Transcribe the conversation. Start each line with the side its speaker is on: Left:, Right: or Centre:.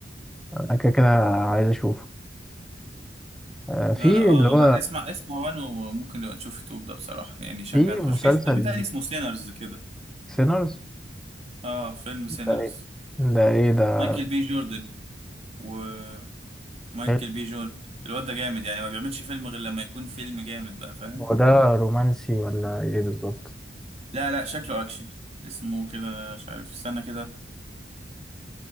Centre: انا كده كده عايز اشوفه آه، في
Right: لا لا اه
Centre: اللي هو
Right: لا اسمع اسمع وان وممكن نبقى نشوف التوب ده بصراحة يعني يشجع
Centre: في
Right: نخش
Centre: مسلسل
Right: في فيلم تاني اسمه سينرز كده
Centre: سينرز
Right: اه فيلم سينرز
Centre: ده ايه ده ايه ده
Right: مايكل بي جوردن ومايكل
Centre: حلو.
Right: بي جوردن الواد ده جامد يعني ما بيعملش فيلم غير لما يكون فيلم جامد بقى فاهم
Centre: هو ده رومانسي ولا ايه بالظبط
Right: لا لا شكله اكشن اسمه كده مش عارف استنى كده